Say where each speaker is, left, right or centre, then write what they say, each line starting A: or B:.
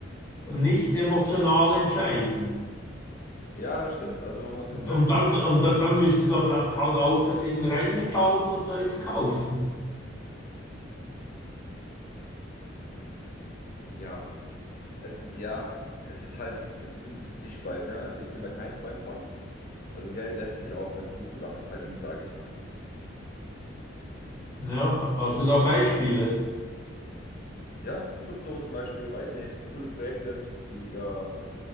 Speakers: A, on the left (about 15°); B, on the left (about 45°).
A: und nicht emotional entscheiden.
B: Ja, das stimmt. Also man muss Investments
A: Und dann,
B: ist
A: und
B: das.
A: dann, dann müsstest du aber halt auch eben Rheinmetall und so Zeugs kaufen.
B: Ja, es, ja, es ist halt, es ist ein Zwiespalt, ne? Also ich bin da kein Freund von. Also Geld lässt sich auch mit guten Sachen verdienen, sage ich mal.
A: Ja, hast du da Beispiele?
B: Ja, Krypto zum Beispiel, weiß nicht, es gibt coole Projekte, die da,